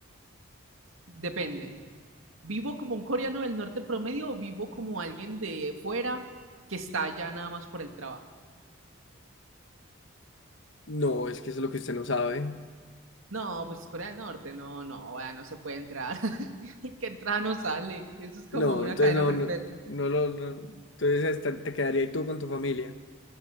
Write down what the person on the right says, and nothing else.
Depende. ¿Vivo como un coreano del norte promedio o vivo como alguien de fuera que está allá nada más por el trabajo?
No, pues Corea del Norte, no, no, vea, no se puede entrar. <laughs> El que entra no sale. Eso es como
una
cadena
perpetua.